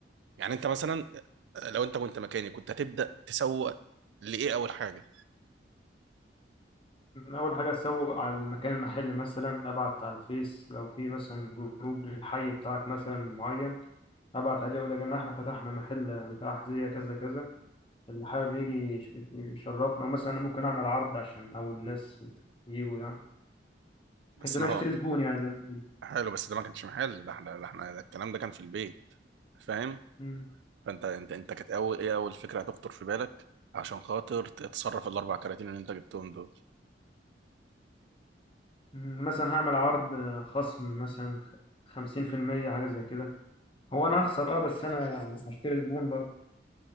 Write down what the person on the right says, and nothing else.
يعني انت مثلا لو انت كنت مكاني كنت هتبدا تسوق لايه اول حاجه
بس
ما
هو
حلو بس ده ما كانش محل ده احنا ده احنا ده الكلام ده كان في البيت فاهم
فانت انت انت كانت اول ايه اول فكره هتخطر في بالك عشان خاطر تتصرف الاربع كراتين اللي انت جبتهم دول